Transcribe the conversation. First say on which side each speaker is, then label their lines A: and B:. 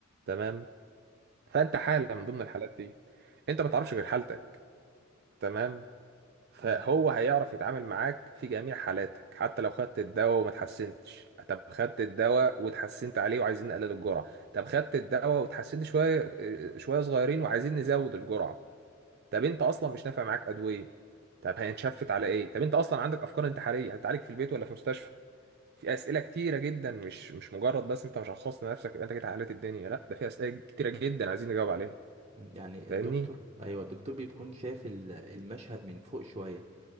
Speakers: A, on the right; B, on the right.
A: تمام فانت حاله من ضمن الحالات دي انت ما تعرفش غير حالتك تمام فهو
B: ايوه
A: هيعرف يتعامل معاك في جميع حالاتك حتى لو خدت الدواء وما اتحسنتش طب خدت الدواء واتحسنت عليه وعايزين نقلل الجرعة طب خدت الدواء واتحسنت شوية آه، شوية صغيرين وعايزين نزود الجرعة طب انت اصلا مش نافع معاك ادوية طب هنشفت على ايه طب انت اصلا عندك افكار انتحارية هتتعالج في البيت ولا في مستشفى في اسئلة كتيرة جدا مش مش مجرد بس انت مش هتخصص لنفسك يبقى انت كده حليت الدنيا لا ده في اسئلة كتيرة جدا عايزين نجاوب عليها
B: يعني
A: فاهمني
B: الدكتور ايوه الدكتور بيكون شايف ال- المشهد من فوق شويه